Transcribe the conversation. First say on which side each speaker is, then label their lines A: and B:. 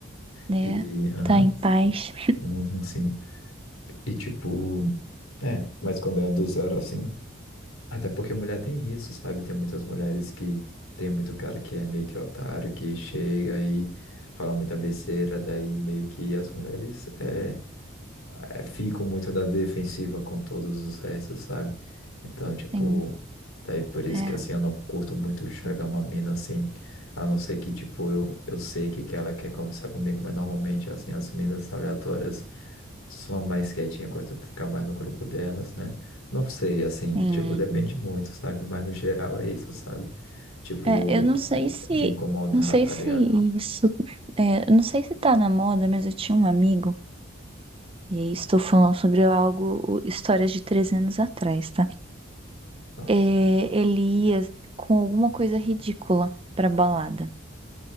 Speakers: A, on the right; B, on the left.
A: né?
B: E, aham,
A: Tá em paz.
B: uhum, sim. E, tipo, é, mas quando é do zero, assim. Até porque mulher tem isso, sabe? Tem muitas mulheres que tem muito cara que é meio que otário, que chega e fala muita besteira, daí meio que as mulheres. é, é, fico muito na defensiva com todos os restos, sabe? Então, tipo,
A: Sim,
B: daí por isso
A: é,
B: que assim eu não curto muito chegar uma mina assim, a não ser que, tipo, eu, eu sei que, que ela quer conversar comigo, mas normalmente, assim, as minas aleatórias são mais quietinhas, gostam de ficar mais no grupo delas, né? Não sei, assim,
A: sim.
B: tipo, depende muito, sabe? Mas no geral é isso, sabe? Tipo,
A: É, eu não sei se,
B: de incomodar,
A: não sei
B: tá
A: se
B: ligado?
A: isso, é, eu não sei se tá na moda, mas eu tinha um amigo, e aí estou falando sobre algo, histórias de 300 anos atrás, tá?
B: Nossa.
A: é, ele ia com alguma coisa ridícula pra balada.